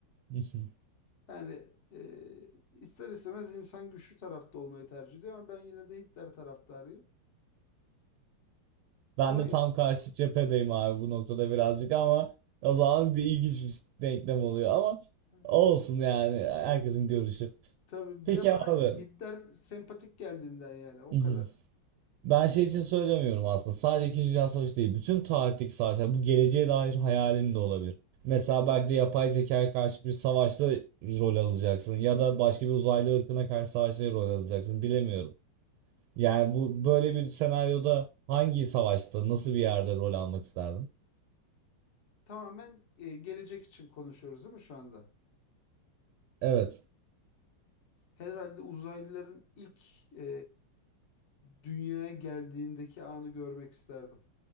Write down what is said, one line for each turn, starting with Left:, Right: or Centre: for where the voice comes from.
Right: <laughs>
Left: Yani e, ister istemez insan güçlü tarafta olmayı tercih ediyor ama ben yine de Hitler taraftarıyım. Ama
Right: Ben de tam karşı cephedeyim abi bu noktada birazcık ama o zaman bir ilginç bir denklem oluyor ama
Left: <laughs>
Right: olsun yani herkesin görüşü.
Left: tabii
Right: Peki
Left: ya bana
Right: abi.
Left: Hitler sempatik geldiğinden yani o
Right: <laughs>
Left: kadar.
Right: Ben şey için söylemiyorum aslında. Sadece İkinci Dünya Savaşı değil. Bütün tarihteki savaşlar. Bu geleceğe dair hayalin de olabilir. Mesela belki de yapay zekaya karşı bir savaşta rol alacaksın. Ya da başka bir uzaylı ırkına karşı savaşta rol alacaksın. Bilemiyorum. Yani bu böyle bir senaryoda hangi savaşta, nasıl bir yerde rol almak isterdin?
Left: Tamamen e, gelecek için konuşuyoruz değil mi şu anda?
Right: Evet.
Left: Herhalde uzaylıların ilk e, dünyaya geldiğindeki anı görmek isterdim.